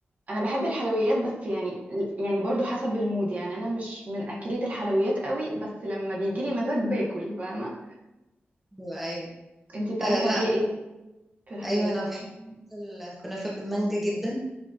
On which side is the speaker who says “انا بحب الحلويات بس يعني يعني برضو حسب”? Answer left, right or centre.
Right